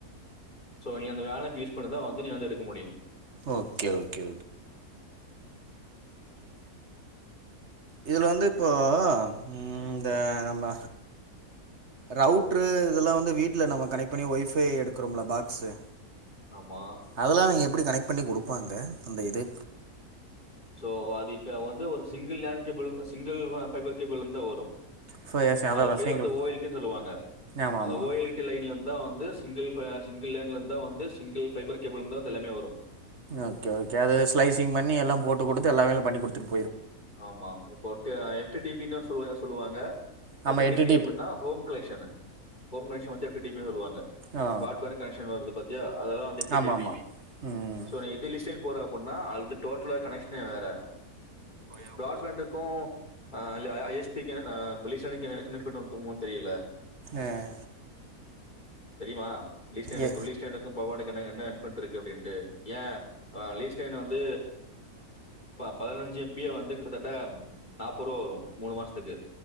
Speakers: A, on the left; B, on the right.
A: சோ நீ அந்த வேன் ஐ பி யூஸ் பண்ணிதா வந்து நீ வந்து எடுக்க முடியு
B: ஓகே ஓகே இதுல வந்து இப்போ உம் இந்த நம்ம ரவுட்ரு இதெல்லா வந்து வீட்ல நம்ம கனெக்ட் பண்ணி ஒய்ஃபை எடுக்கிறோம்ல பாக்ஸு
A: ஆமா
B: அதெல்லா அவிங்க எப்படி கனெக்ட் பண்ணி குடுப்பாங்க அந்த இது
A: சோ அது இப்ப வந்து ஒரு single land cable single fiber கேபிள்ல இருந்துதா வரு
B: ஸோ அதான்
A: அது
B: விஷயங்கள்
A: பேர் வந்து ஓ எல் கே சொல்லுவாங்க
B: ஆமாம்
A: அந்த
B: ஆமாம்
A: ஓ எல் கே லைன்ல இந்துதா வந்து சிங்கிள் சிங்கிள் லேன்ல இருந்தான் வந்து சிங்கிள் பபைபர் கேபிள் இருந்து வந்து எல்லாமே வரும்
B: ஓகே ஓகே அது ஸ்லைசிங் பண்ணி எல்லாம் போட்டு கொடுத்து எல்லாமலாம் பண்ணி கொடுத்துருக்கேன்
A: ஆமா இப்ப எப்டு டடிபனு சொல்லுவாங்க
B: ஆமாம்
A: எஃப்
B: எட்டு
A: டிபி அப்படின்னா ஹோம் கலெக்ஷன் ஹோம் கனெக்ஷன் வந்து <unintelligible> சொல்லுவாங்க பர்டு
B: ஆ
A: பாண்ட் கானேக்சன் வருது பாத்தியா அதெல்லா வருது பாத்தியா ஜிட்டிபி
B: ஆமாம் ஆமாம் ம்
A: சொ <unintelligible> சொ டோடல் கானேக்சனே வேற பார்ட் பண்டுக்கும் ஆஹ் ஐஸ்பி என்ன ப்ளீஷனுக்கும் டிஃபரெண்ட் தெரியல
B: ஆஹ்
A: தெரியுமா லீஸ்ட்டெனுக்கு
B: ஏ
A: லிஸ்ட்டெனுக்கு <unintelligible> அனுப்ப இருக்கு அப்படின்ட்டு ஏ லீஸ்டைன் வந்து பதின்சு எம் பி பி ஏ வந்து கிட்டத்தட்ட நாற்பது ரூபா வரு மூணு மாஸ்த்துக்கு